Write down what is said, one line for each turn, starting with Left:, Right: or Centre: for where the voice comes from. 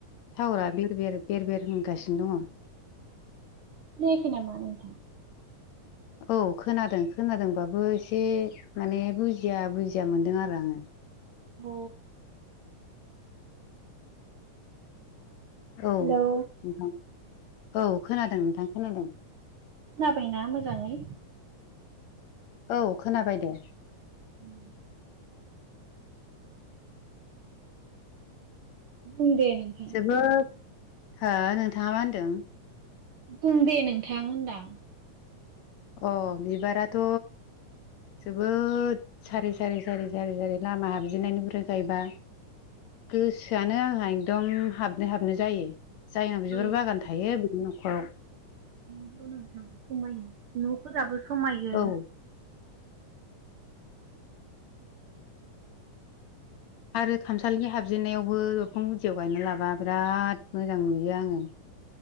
Left: टावारा बेर बेर बेर बेर होनगासिनो दङ'।
Right: खोनायाखै नामा नोंथां?
Left: औ खोनादों खोनादोंबाबो एसे माने बुजिया बुजिया मोनदों आरो आङो।
Right: अ
Left: औ
Right: हेलौ
Left: नोंथां औ खोनादों नोंथां खोनादों।
Right: खोनाबायना मोजाङै?
Left: औ खोनाबाय दे।
Right: उम बुं दे नोंथां
Left: जोबोद हो नोंथाङा मा होनदों?
Right: बुं दे नोंथां होनदां।
Left: अ बिबाराथ' जोबोद सारि सारि सारि सारि सारि लामा हाबजेननायनिफ्राय गायबा गोसोआनो आंहा एकदम हाबनो हाबनो जायो जायनाव बिबार
Right: औ
Left: बागान थायो बेनि न'खराव।
Right: नंगौ नोंथां समायो न'फोराबो समायो।
Left: औ आरो खामसालिनि हाबजेननायावबो दरखं गुदियाव गायना लाबा बिराद मोजां नुयो आङो।